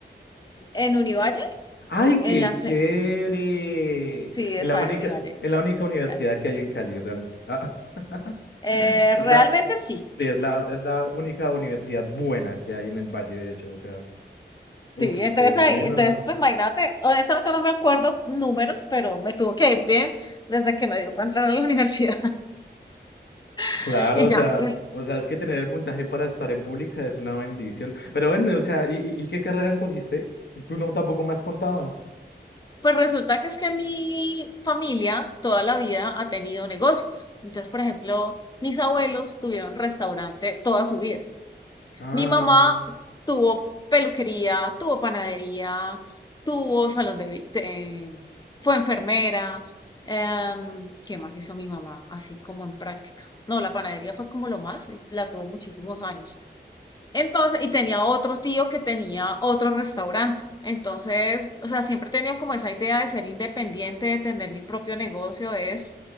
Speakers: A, on the left; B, on the left.
A: En Univalle,
B: ¡Ay,
A: en
B: qué
A: la...
B: chévere!
A: se- Sí,
B: En
A: estaba
B: la única,
A: en Univalle.
B: en la única universidad
A: aquí en Cali.
B: que hay en Cali, realmente. Ah, <laughs>
A: Eh,
B: Es
A: realmente
B: la,
A: sí.
B: sí, es la, es la única universidad buena que hay en el Valle, de hecho, o sea. Uf,
A: Sí, entonces
B: qué bueno.
A: ahí, entonces pues imagínate, honestamente no me acuerdo números, pero me tuvo que ir bien desde que me dio para entrar a la universidad
B: Claro,
A: <laughs> y
B: o
A: ya.
B: sea,
A: eh,
B: o sea, es que tener el puntaje para estar en pública es una bendición. Pero bueno, o sea, ¿y, y- y qué carrera escogiste? Tú no tampoco me has contado.
A: Pues resulta que es que mi familia toda la vida ha tenido negocios. Entonces, por ejemplo, mis abuelos tuvieron restaurante toda su vida.
B: Ah,
A: Mi mamá tuvo peluquería, tuvo panadería, tuvo salón de... be- de- fue enfermera. em, ¿qué más hizo mi mamá? Así como en práctica. No, la panadería fue como lo más, y la tuvo muchísimos años. Entonces, y tenía otro tío que tenía otro restaurante. Entonces, o sea, siempre he tenido como esa idea de ser independiente, de tener mi propio negocio, de eso.